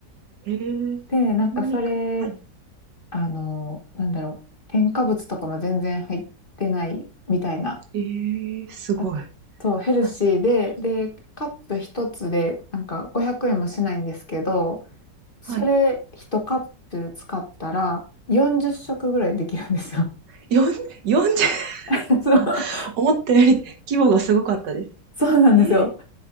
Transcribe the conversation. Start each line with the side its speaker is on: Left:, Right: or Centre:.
Right: へえ、
Left: で、なんかそれ
Right: 何か、はい。
Left: あの、なんだろう、添加物とかも全然入ってないみたいな。
Right: ええ、すごい。
Left: あそう、ヘルシーで、
Right: はい。
Left: で、カップ一つで、なんか500円もしないんですけど、それ一カップ使ったら40食ぐらいできるんですよ。
Right: はい。4、40、
Left: <laughs> そう、
Right: あ、思ったより規模がすごかったです。
Left: そうなんですよ。
Right: ええ、